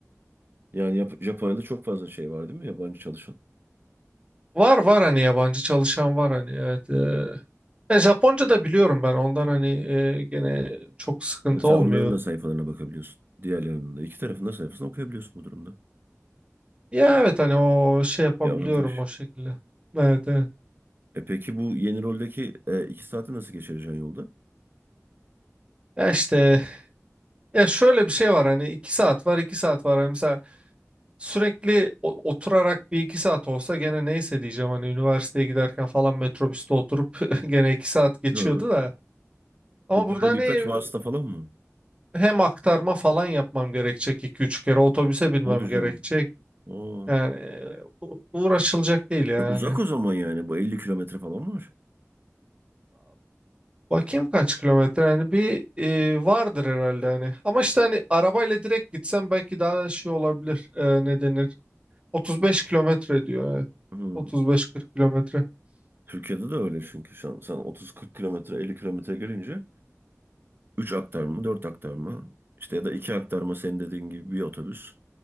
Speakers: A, on the right; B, on the right.
A: Yani Yap- Japonya'da çok fazla şey var değil mi? Yabancı çalışan.
B: Var var hani yabancı çalışan var hani evet. E, e, Japonca da biliyorum ben ondan hani e, gene çok sıkıntı
A: Yani sen
B: olmuyor.
A: onların da sayfalarına bakabiliyorsun. Diğerlerinin de. İki tarafın da sayfasına okuyabiliyorsun bu durumda.
B: Ya evet hani o şey yapabiliyorum
A: Bir avantaj.
B: o şekilde. Evet evet.
A: E peki bu yeni roldeki e, iki saati nasıl geçireceksin yolda?
B: Ya işte ya şöyle bir şey var hani iki saat var iki saat var. Hani mesela sürekli o- oturarak bir iki saat olsa gene neyse diyeceğim hani üniversiteye giderken falan metrobüste oturup <laughs> gene iki saat geçiyordu
A: Hı.
B: da. Ama
A: Bu
B: burada
A: böyle
B: hani
A: birkaç vasıta falan mı?
B: hem aktarma falan yapmam gerekecek iki üç kere otobüse binmem
A: Hadi canım.
B: gerekecek.
A: Aa.
B: Yani e, u- uğraşılacak değil yani.
A: E uzak o zaman yani. Bu 50 kilometre falan var.
B: Bakayım kaç kilometre hani bir e, vardır herhalde hani. Ama işte hani arabayla direkt gitsem belki daha şey olabilir. E, ne denir? 35 kilometre diyor. Evet.
A: Hı.
B: 35-40 kilometre.
A: Türkiye'de de öyle çünkü. Şu an sen 30-40 kilometre 50 kilometre gelince 3 aktarma 4 aktarma işte ya da 2 aktarma senin dediğin gibi bir otobüs.